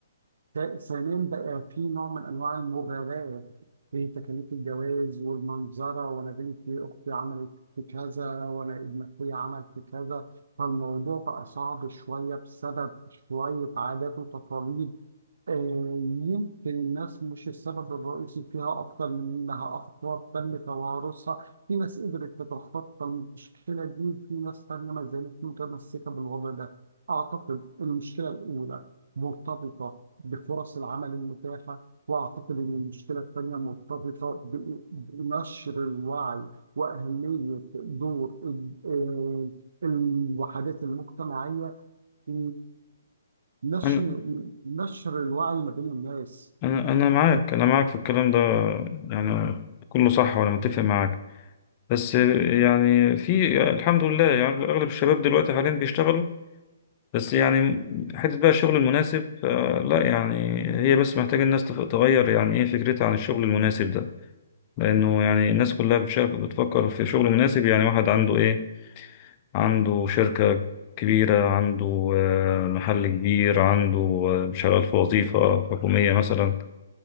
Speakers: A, on the right; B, on the left.
A: ث- ثانيا بقى في نوع من انواع المغالاة في تكاليف الجواز والمنظرة وانا بنتي اختي عملت في كذا وانا ابن اخويا عمل في كذا فالموضوع بقى صعب شوية بسبب شوية عادات وتقاليد آه، يمكن الناس مش السبب الرئيسي فيها أكتر من إنها أفكار تم توارثها، في ناس قدرت تتخطى المشكلة دي وفي ناس تانية ما زالت متمسكة بالوضع ده. أعتقد المشكلة الأولى مرتبطة بفرص العمل المتاحة، وأعتقد إن المشكلة الثانية مرتبطة ب- بنشر الوعي وأهمية دور ال- آه، الوحدات المجتمعية في نشر
B: انا
A: نشر الوعي ما بين الناس
B: انا انا معاك انا معاك في الكلام ده يعني كله صح وانا متفق معاك بس يعني في الحمد لله يعني أغلب الشباب دلوقتي حاليا بيشتغلوا بس يعني حتة بقى الشغل المناسب آه، لا يعني هي بس محتاجة الناس تف- تغير يعني إيه فكرتها عن الشغل المناسب ده لأنه يعني الناس كلها بتشارك بتفكر في شغل مناسب يعني واحد عنده إيه عنده شركة كبيرة عنده آه، محل كبير عنده آه، شغال في وظيفة حكومية مثلا